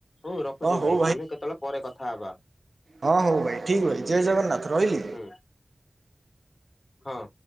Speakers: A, on the left (about 60°); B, on the right (about 65°).
A: ହୋଉ ରଖୁଛି
B: ହଁ ହଉ
A: ଭାଇ ଆମେ କେତେବେଳେ ପରେ କଥା ହେବା।
B: ହଁ ହଉ ଭାଇ ଠିକ୍ ଅ ଭାଇ ଜୟ ଜଗନ୍ନାଥ ରହିଲି।
A: ହୁ। ହଁ।